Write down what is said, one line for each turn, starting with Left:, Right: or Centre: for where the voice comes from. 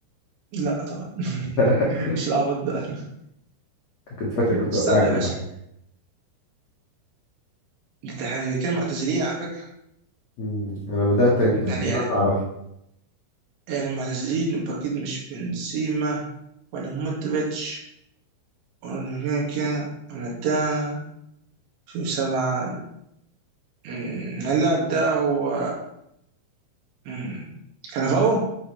Right: لا طبعا
Left: <laughs>
Right: <laughs> مش العبط ده
Left: كنت فاكرك بتوقعني
Right: استنى يا باشا
Left: ولا حاجه
Right: انت احنا كده معتزلين على فكرة
Left: مم، انا بدات أج... يعني
Right: يعني
Left: بدات
Right: يعني
Left: اعرفه
Right: يعني معتزلين يبقى اكيد مش بنسيما ولا مودريتش ولكن أنا ده في سبعة أمم، اللاعب ده هو أمم، كانافارو؟